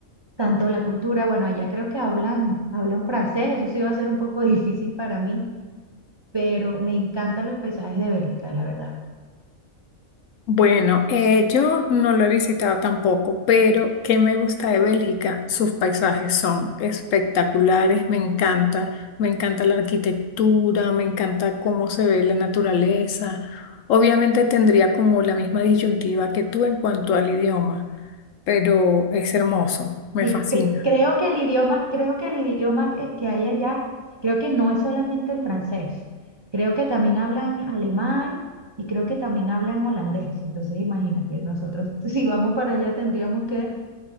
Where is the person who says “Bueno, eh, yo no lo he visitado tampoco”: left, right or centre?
Left